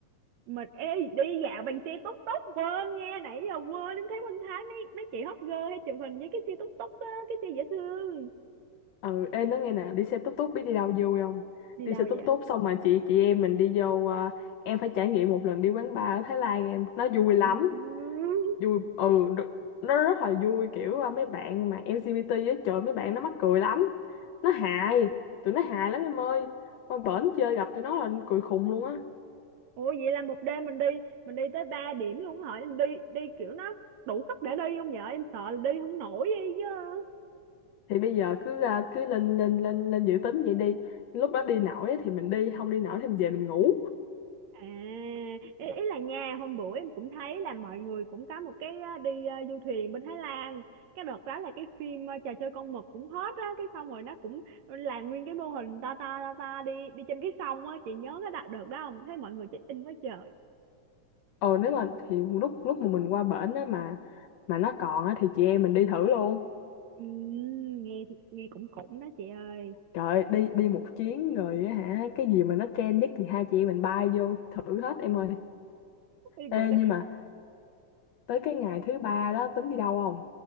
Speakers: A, on the right; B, on the left.
A: mình ê đi dạo bằng xe túc túc quên nha nãy giờ quên em thấy Minh Thái mấy mấy chị hot girl hay chụp hình với cái xe túc túc á cái xe dễ thương
B: ừ em nói nghe nè đi xe tút tút biết đi đâu vui không
A: đi
B: đi
A: đâu
B: xe tút
A: vậy
B: tút xong mà chị chị em mình đi vô ờ, em phải trải nghiệm một lần đi quán bar ở Thái Lan em nó vui lắm
A: ừ. <laughs>
B: vui ừ nó nó rất là vui kiểu à, mấy bạn mà LGBT á trời mấy bạn nó mắc cười lắm nó hài tụi nó hài lắm em ơi qua bển chơi gặp tụi nó là cười khùng luôn á
A: ủa vậy là một đêm mình đi mình đi tới ba điểm luôn hả em đi đi kiểu nó đủ sức để đi không vậy em sợ là đi không nổi vậy chứ
B: thì bây giờ cứ à, cứ lên lên lên lên dự tính vậy đi lúc đó đi nổi á thì mình đi không đi nổi thì mình về mình ngủ
A: À, ý, ý là nha, hôm bữa em cũng thấy là mọi người cũng có một cái ờ, đi ờ, du thuyền bên Thái Lan. Cái đợt đó là cái phim ờ, trò chơi con mực cũng hot á, cái xong rồi nó cũng làm nguyên cái mô hình to to to to đi đi trên cái sông á, chị nhớ cái đợt đợt đó không? Thấy mọi người check in quá trời.
B: ờ nếu mà thì lúc lúc mà mình qua bển á mà mà nó còn á thì chị em mình đi thử luôn
A: Ừm, nghe nghe cũng cũng đó chị ơi.
B: trời ơi, đi đi một chuyến rồi á hả cái gì mà nó trend nhất thì hai chị em mình bay vô thử hết em ơi
A: Cái
B: Ê,
A: bữa đó
B: nhưng mà tới cái ngày thứ ba đó tính đi đâu không